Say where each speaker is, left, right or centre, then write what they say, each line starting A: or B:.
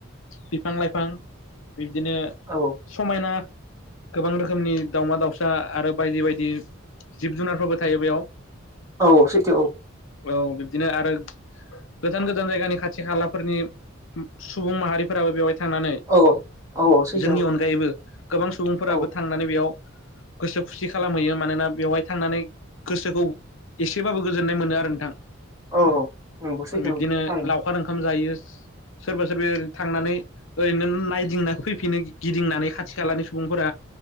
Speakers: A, on the left (about 75°); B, on the right (about 15°).
A: बिफां लाइफां बिब्दिनो
B: औ
A: समायना गोबां रोखोमनि दाउमा दाउसा आरो बायदि बायदि जिब जुनारफोरबो थायो बेयाव।
B: औ औ सैथो
A: औ बिदिनो आरो गोजान गोजान जायगानि खाथि खालाफोरनि सुबुं माहारिफोराबो बेवहाय थांनानै
B: औ औ। सैथो
A: जोंनि अनगायैबो गोबां सुबुंफोराबो
B: औ
A: थांनानै बेयाव गोसो खुसि खालामहैयो मानोना बेवहाय थांनानै गोसोखौ एसेबाबो गोजोननाय मोनो आरो नोंथां
B: औ नंगौ सैथो
A: बिब्दिनो
B: औ थारैनो
A: लावखार ओंखाम जायो। सोरबा सोरबाओर थांनानै ओरैनो नायदिंना फैफिनो गिदिंनानै खाथि खालानि सुबुंफोरा